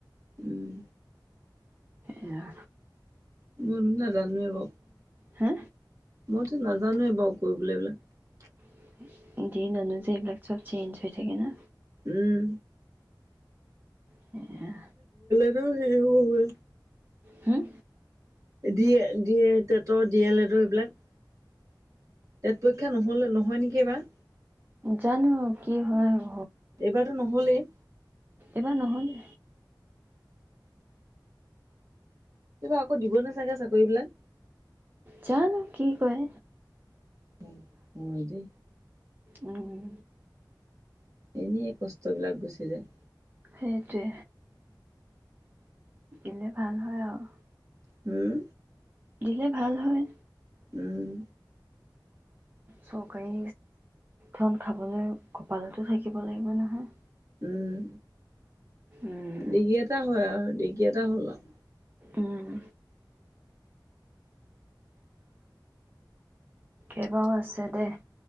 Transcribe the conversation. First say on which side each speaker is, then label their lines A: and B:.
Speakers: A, on the right (about 45°); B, on the right (about 25°).
A: উম।
B: এয়া।
A: উম। নাজানো এই ৰ।
B: হা।
A: মইতো নাজানোৱে বাৰু কৰিবলৈ এই বিলাক।
B: <unintelligible> দিন আনো যে এইবিলাক চব চেঞ্চ। হৈ থাকে না।
A: উম।
B: সেয়া।
A: ন সেই শু শুৱে।
B: হুম।
A: দিয়ে দিয়ে। টেটৰ ডি এল এডৰ এইবিলাক টেট পৰীক্ষা নহ'লে নহয় নেকি এইবাৰ।
B: জানো আৰু কি হয়।
A: এইবাৰটো নহ'লেই।
B: এবাৰ নহয়।
A: এইবাৰ আকৌ দিবনে চাগে চাকৰি বিলাক
B: জানো কি কয়।
A: উম, হয় দে।
B: উম।
A: এনে কষ্টবিলাক গুচি যায়।
B: সেইটোৱে। এনে ভাল হয়, অহ।
A: হম।
B: দিলে ভাল হয়।
A: উম।
B: চৰকাৰী ধন খাবলৈ কপালটো থাকিব লাগিব নহয়।
A: উম।
B: উম
A: ডিগি এটা হয় আৰু ডিগ কি এটা হ'ল। আৰু
B: উম। এইবাও আছে দে।